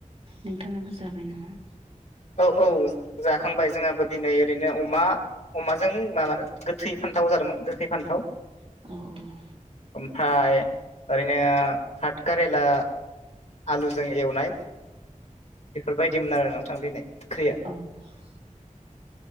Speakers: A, on the right (about 50°); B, on the left (about 55°).
A: नोंथाङाबो जाबाय नामा?
B: औ औ जाखांबाय जोंहाबो दिनै ओरैनो अमा। अमाजों माबानो गोथै फान्थाव जादोंमोन गोखै फान्थाव।
A: औ।
B: ओमफ्राय ओरैनो फाटकारिला। आलुजों एवनाय बेफोरबायदिमोन आरो नोंथां दिनै।
A: अह
B: ओंख्रिया